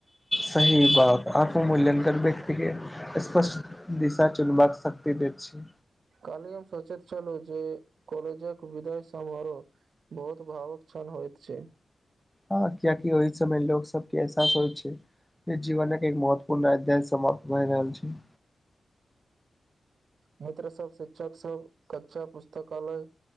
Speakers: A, in the centre; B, on the right.
A: सही बात आत्म मूल्यांकन व्यक्ति के, स्पष्ट दिशा चुनबाक शक्ति दैत छैय।
B: कलियों सचैत छलहुँ जे कॉलेजक विदाय समारोह, बहुत भावुक क्षण होइत छैय।
A: हँ कियकि ओहि समय लोक सबके एहसास होय छैय। जीवन के एक महत्वपूर्ण अध्याय समाप्त भए रहल छै।
B: मित्र सब शिक्षक सब कक्षा पुस्तकालय